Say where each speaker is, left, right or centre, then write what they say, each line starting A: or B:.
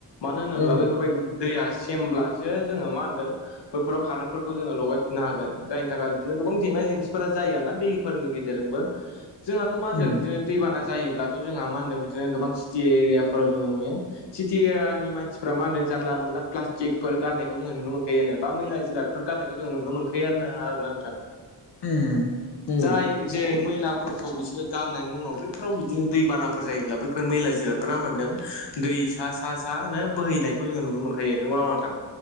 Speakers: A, on the left; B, on the left.
A: मानो होनोब्ला
B: औ
A: बैफोरबायदि दैया सेमब्लासो जोंङो मा होनदों बैफोराव कारेन्टफोरखौ जोंङो लगायफिननो हागोन जायनि थाखाय बिदिनो गोबां जेंना जेंसिफोरा जायो आरोना दैफोरनि गेजेरजोंबो जोंहाथ' मा होनदों
B: उम
A: बिदिनो दैबाना जायोब्लाथ' जोंहा मा होनदों बिदिनो गोबां सिटि एरियाफोराव जोंङो नुयो सिटि एरियानि मानसिफोरा मा होनदों जानला मोनला प्लास्टिकफोर गारनायखौ जोंङो नुनो मोनखायो आनो बा मैला जिरादफोर गारनायखौ जोंङो नुनो मोनखायोआनो आरो ना नोंथां
B: उम औ
A: जाय जे मैलाफोरखौ बिसोरो गारनायनि उनाव बैफोराव बिदिनो दैबानाफोर जायोब्ला बैफोर मैला जिराद ब्रा मोनदों दै सा सा सा नो बोहैनायखौ जोंङो नुनो मोनखायो नोंगौ ना नंङा नोंथां